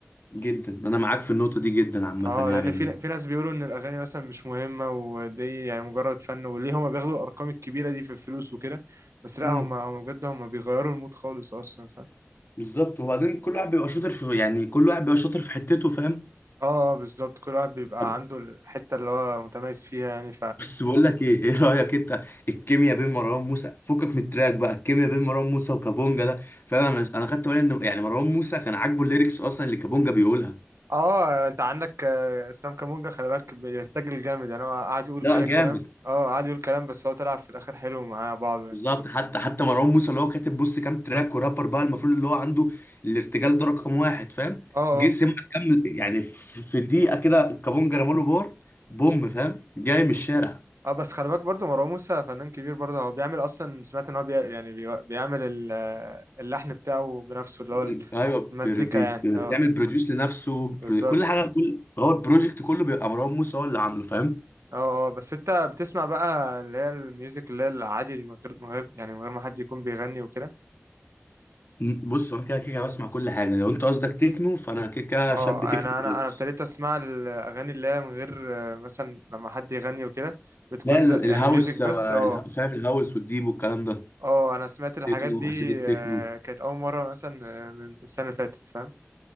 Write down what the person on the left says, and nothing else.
جدا أنا معاك في النقطة دي جدا عامة
يعني
امم
بالظبط وبعدين كل واحد بيبقى شاطر في يعني كل واحد بيبقى شاطر في حتته فاهم
طب
بس بقول لك ايه ايه رايك انت الكيمياء بين مروان موسى فكك من التراك بقى الكيمياء بين مروان موسى وكابونجا ده فاهم انا انا خدت بالي انه يعني مروان موسى كان عاجبه الليركس اصلا اللي كابونجا بيقولها
لا
جامد
بالظبط حتى حتى مروان موسى اللي هو كاتب بص كام تراك ورابر بقى المفروض اللي هو عنده الارتجال ده رقم واحد فاهم
جه سمع كام يعني في في دقيقه كده كابونجا رماله بار بوم فاهم جاي من الشارع
بي-
ايوه
بي- بي-
بيعمل بروديوس لنفسه برو-
كل حاجه كل هو البروجكت كله بيبقى مروان موسى هو اللي عامله فاهم
م- بص هو انا كده كده بسمع كل حاجه لو انت قصدك تكنو فانا كده كده
شاب تكنو
خالص
لا ال-
الهاوس
آه،
الها- فاهم الهاوس والديب والكلام ده
تكنو
اسيدك تكنو